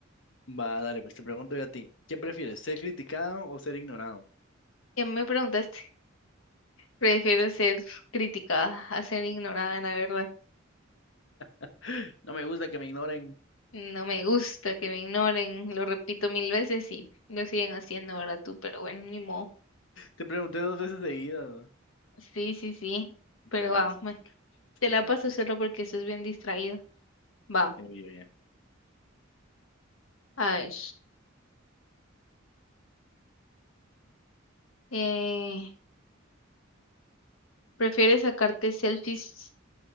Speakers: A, on the left (about 65°); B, on the left (about 80°).
A: Va, dale, pues te pregunto yo a ti. ¿Qué prefieres, ser criticado o ser ignorado?
B: Ya me preguntaste, prefiero ser criticada a ser ignorada, la verdad.
A: <gasps> No me gusta que me ignoren.
B: No me gusta que me ignoren, lo repito mil veces y lo siguen haciendo, ahora tú? Pero bueno, ni modo.
A: Te pregunté dos veces seguidas, ¿no?
B: Sí, sí, sí,
A: Dale,
B: pero va,
A: pues te
B: me-
A: toca. Te
B: te la
A: toca.
B: paso solo porque eso es bien distraído. Va,
A: Ya vi, ya.
B: a ver. Eh, Prefieres sacarte selfies